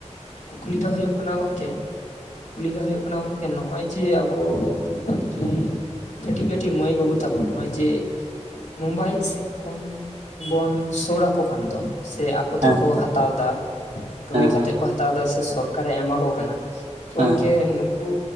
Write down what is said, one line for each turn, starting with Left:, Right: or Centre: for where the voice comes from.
Left: ᱠᱩᱠᱞᱤ ᱫᱚ ᱦᱩᱭᱩᱜ ᱠᱟᱱᱟ ᱜᱚᱝᱠᱮ, ᱠᱩᱠᱞᱤ ᱫᱚ ᱦᱩᱭᱩᱜ ᱠᱟᱱᱟ ᱜᱚᱝᱠᱮ ᱱᱚᱜᱼᱚᱭ ᱡᱮ ᱟᱵᱚ ᱟᱰᱤ ᱠᱟᱹᱴᱤᱡ ᱠᱟᱹᱴᱤᱡ ᱢᱟᱹᱭ ᱵᱟᱹᱵᱩ ᱛᱟᱠᱚ ᱱᱚᱜᱼᱚᱭ ᱡᱮ ᱢᱳᱵᱟᱭᱤᱞ ᱥᱮ ᱯᱷᱳᱱ ᱵᱚᱱ ᱥᱩᱨ ᱟᱠᱚ ᱠᱟᱱ ᱫᱚ ᱥᱮ ᱟᱠ ᱟᱠ
Right: ᱦᱮᱸ
Left: ᱛᱮᱠᱚ ᱦᱟᱛᱟᱣ ᱫᱟ, ᱠᱟᱹᱢᱤ
Right: ᱦᱮᱸ
Left: ᱠᱟᱛᱮ
Right: ᱦᱮᱸ
Left: ᱠᱚ ᱦᱟᱛᱟᱣ ᱮᱫᱟ ᱥᱮ ᱥᱚᱨᱠᱟᱨᱮ ᱮᱢᱟ ᱠᱚ ᱠᱟᱱᱟ᱾ ᱛᱚ
Right: ᱦᱮᱸ
Left: ᱜᱚᱝᱠᱮ ᱱᱩᱠᱩ